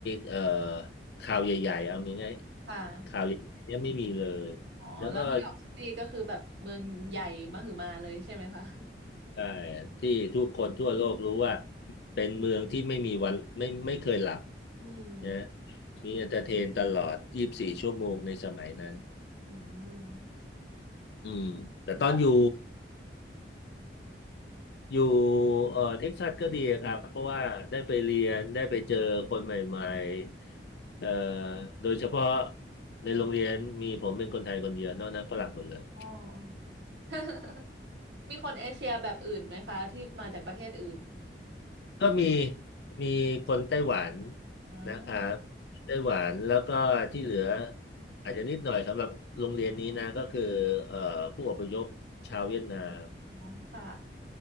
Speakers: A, on the left; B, on the right.
A: เอ่อข่าวใหญ่ๆเอาง่ายๆข่าวใหญ่ๆเนี่ยไม่มีเลย
B: ค่ะ อ๋อแล้วนิวยอร์กซิตี้ก็คือแบบเมืองใหญ่มหึมาเลยใช่ไหมคะ
A: แล้วก็ ใช่ที่ทุกคนทั่วโลกรู้ว่าเป็นเมืองที่ไม่มีวันไม่ไม่เคยหลับ
B: อืม
A: นะมีเอนเตอร์เทนตลอด24ชั่วโมงในสมัยนั้น
B: อืม <laughs>
A: อืมแต่ตอนอยู่
B: ก็
A: อยู่เอ่อเท็กซัสก็ดีครับเพราะว่าได้ไปเรียนได้ไปเจอคนใหม่ๆเอ่อโดยเฉพาะในโรงเรียนมีผมเป็นคนไทยคนเดียวนอกนั้นฝรั่งหมดเลย
B: อ๋อ <laughs> มีคนเอเชียแบบอื่นไหมคะที่มาจากประเทศอื่น
A: ก็มีมีคนไต้หวัน
B: อ่า
A: นะครับไต้หวันแล้วก็ที่เหลืออาจจะนิดหน่อยสำหรับโรงเรียนนี้นะก็คือเอ่อผู้อพยพชาวเวียดนาม
B: อ๋อค่ะ